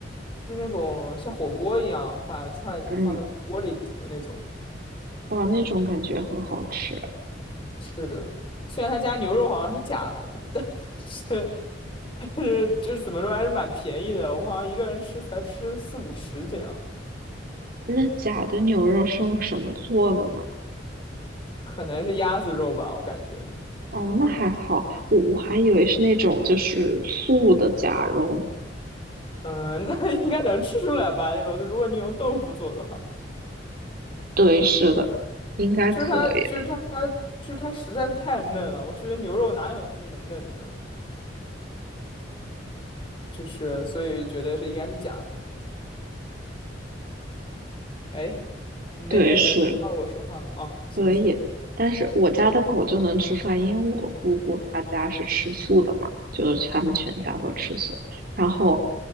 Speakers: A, on the left; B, on the right.
A: 就是那种像火锅一样把串放在锅里煮的那种。
B: 嗯，哇，那种感觉很好吃。
A: 是的，虽然他家牛肉好像是假的，但是但是就是怎么说还是蛮便宜的。我们好像一个人吃才吃四五十这样，
B: 那假的牛肉是用什么做的呢？
A: 可能是鸭子肉吧，我感觉。
B: 哦，
A: 啊，
B: 那还好，我我还以为是那种就是素的假肉呢。
A: <laughs> 嗯，那 <laughs> 应该能吃出来吧？那种，如果你用豆腐做的话，
B: 对，是的，应该可以。
A: 就是它，就是它，就是它实在是太嫩了。我觉得牛肉哪有那么嫩的？就是所以觉得是应该是假的。哎，你那边能听到我说话吗？
B: 对，是。
A: 哦，行行
B: 可以，但是我家的狗就能吃出来，因为我姑姑她家是吃素的嘛，就是他们全家都吃素。然后